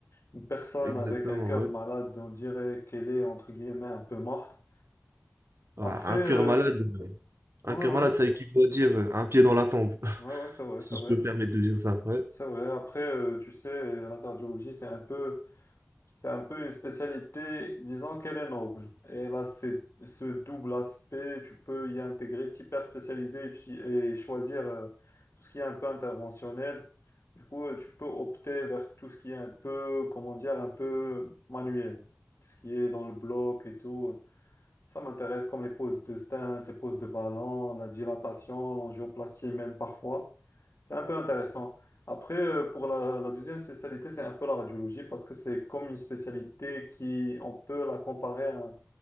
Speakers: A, on the left; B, on the right.
A: une personne
B: Exactement,
A: avec un cœur
B: ouais.
A: malade, on dirait qu'elle est, entre guillemets, un peu morte.
B: Ah,
A: Après,
B: Un
A: euh,
B: cœur malade, euh,
A: ouais,
B: un
A: ouais,
B: cœur malade, ça équivaut à dire euh, un pied dans la tombe, <laughs>
A: ouais, ouais, c'est vrai,
B: si
A: c'est vrai.
B: je peux me permettre de dire ça. Ouais.
A: C'est vrai. Après, euh, tu sais, la cardiologie, c'est un peu C'est un peu une spécialité, disons qu'elle est noble. Et elle a ce, ce double aspect, tu peux y intégrer, t'hyper spécialiser et tu- et choisir euh, tout ce qui est un peu interventionnel. Du coup, euh, tu peux opter vers tout ce qui est un peu, comment dire, un peu manuel. Tout ce qui est dans le bloc et tout. Ça m'intéresse comme les poses de stint, les poses de ballon, la dilatation, l'angioplastie même parfois. C'est un peu intéressant. Après, euh, pour la, la deuxième spécialité, c'est un peu la radiologie parce que c'est comme une spécialité qui, on peut la comparer à,